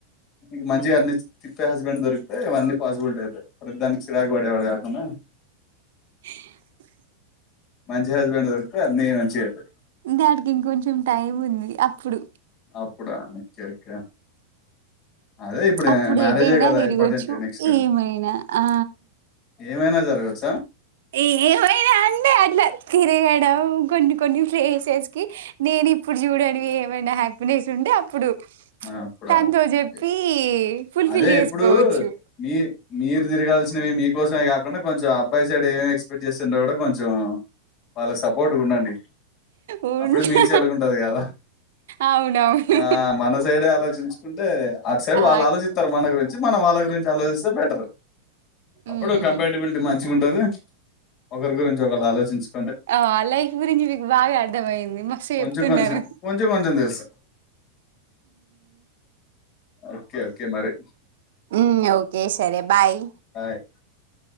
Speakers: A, on the left; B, on the right.
A: ఇ మంచిగా అన్ని తిప్పే హస్బెండ్ దొరికితే ఇవన్నీ పాసిబుల్ అయితే ప్రతి దానికి చిరాకు పడేవాళు కాకుండా
B: <inaudible>
A: మంచి హస్బెండ్ దొరికితే అన్నీ మంచిగా అయితాయి
B: దానికి ఇంకొంచెం టైం ఉంది అప్పుడు
A: అప్పుడా ఒకే ఓకే అదే ఇప్పుడు
B: అప్పుడు
A: మ్యారేజే
B: ఏటైనా
A: కదా
B: తిరగొచ్చు
A: ఇంపార్టెంట్ నెక్స్ట్
B: ఏమైనా ఆ
A: ఏమైనా జరగచ్చా
B: ఏ ఏమైనా అంటే అట్లా తిరగడం కొన్ని కొన్ని ప్లేసెస్ కి నేను ఇప్పుడు చూడడానికి ఏమైనా హ్యాపీనెస్ ఉంటే అప్పుడు
A: అప్పుడ
B: తనతో
A: ఒకే
B: చెప్పి ఫుల్ఫిల్
A: అదే
B: చేసుకోవచ్చు
A: ఇప్పుడు మీ మీరు తిరగాల్సినవి మీకోసమే కాకుండా కొంచం అబ్బాయి సైడ్ ఏం ఎక్స్పెక్ట్ చే కూడా కొంచెం వాళ్ళ సపోర్ట్గా ఉండండి
B: ఉంటా
A: అప్పుడు మ్యూచువల్గా ఉంటది కదా
B: అవునవును
A: ఆ మన సైడే ఆలోచించుకుంటే అటు సైడ్
B: ఆ
A: వాళ్ళ ఆలోచిస్తారు మన గురించి మనం వాళ్ళ గురించి గురించి ఆలోచిస్తే బెటర్ అప్పుడు
B: ఉమ్
A: కంపాటబిలిటీ మంచిగా ఉంటది ఒకరి గురించి ఒకళ్ళు ఆలోచించు
B: ఆ లైఫ్ గురించి మీకు బాగా అర్థమయింది మస్తు
A: కొంచెం
B: చెప్తున్నారు
A: కొంచెం కొంచెం కొంచెం తెలుసు ఓకే ఓకే మరి
B: ఉమ్ ఓకే సరే బాయ్
A: <inaudible>